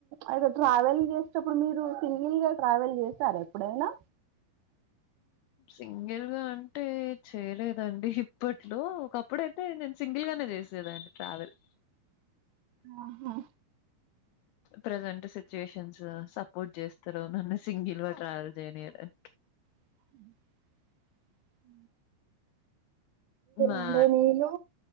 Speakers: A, on the right (about 80°); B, on the left (about 85°).
A: అయితే ట్రావెల్ చేసేటప్పుడు మీరు సింగిల్ గా ట్రావెల్ చేస్త చె సార ఎప్పుడైనా
B: సింగిల్ గా అంటే చేయలేదండి ఇప్పట్లో ఒకప్పుడయితే నేను సింగిల్ గానే చేసాను అ ట్రావల్
A: ఆహా
B: ప్రజెంట్ సిచ్యుయేషన్స్ సపోర్ట్ చేస్తారు నన్ను సింగిన్ ట్రావెల్ చేయనిడం
A: <inaudible>
B: మా
A: అంటే నీను